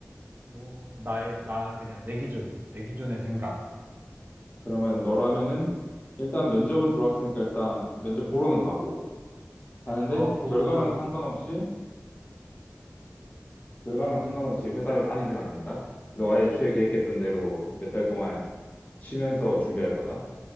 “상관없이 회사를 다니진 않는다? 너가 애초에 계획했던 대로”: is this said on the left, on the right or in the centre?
Left